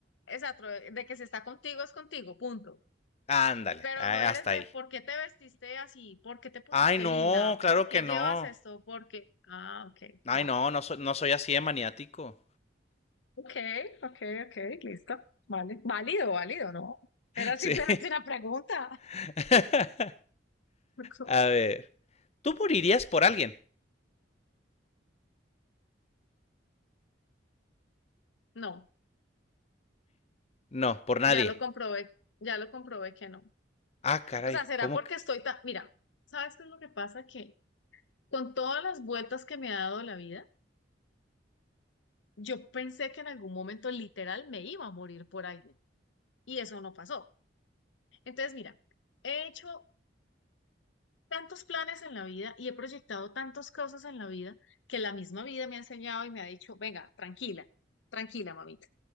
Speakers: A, on the left; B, on the left.
A: exacto, de que si está contigo es contigo, punto.
B: Ándale,
A: Pero
B: a-
A: no eres
B: hasta
A: de
B: ahí.
A: por qué te vestiste así, por qué te pusiste
B: Ay, no,
A: linda,
B: claro
A: por qué
B: que no.
A: llevas esto, por qué. Ah, ok,
B: Ay,
A: va.
B: no, no, so- no soy así de maniático.
A: Ok, ok, ok, listo. Vale. Válido, válido, ¿no?
B: <laughs>
A: Era simplemente
B: Sí.
A: una pregunta.
B: <laughs>
A: <laughs>
B: A ver. ¿Tú morirías por alguien?
A: No,
B: No, por nadie.
A: ya lo comprobé, ya lo comprobé que no.
B: Ah, caray,
A: O sea, será
B: ¿cómo
A: porque
B: que?
A: estoy tan. Mira, ¿sabes qué es lo que pasa? Que con todas las vueltas que me ha dado la vida, yo pensé que en algún momento literal me iba a morir por alguien. Y eso no pasó. Entonces, mira, he hecho tantos planes en la vida y he proyectado tantas cosas en la vida que la misma vida me ha enseñado y me ha dicho, venga, tranquila, tranquila, mamita.